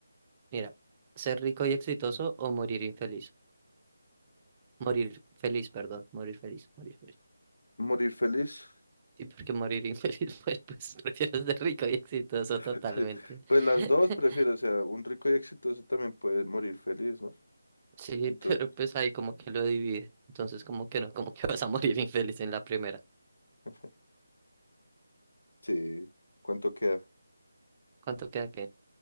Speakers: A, on the right (about 20°); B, on the left (about 80°).
A: Mira, ser rico y exitoso o morir infeliz. Morir feliz, perdón. Morir feliz, morir feliz.
B: Morir feliz.
A: Sí, porque morir infeliz, <laughs> pues, pues prefiero ser rico y exitoso
B: <laughs>
A: totalmente.
B: Pues las
A: <laughs>
B: dos prefiero, o sea, un rico y exitoso también puede morir feliz, ¿no?
A: Sí,
B: Entonces,
A: pero pues ahí como que lo divide. Entonces, como que no, como que vas a morir <laughs> infeliz en la primera.
B: <laughs> sí, ¿cuánto queda?
A: ¿Cuánto queda qué?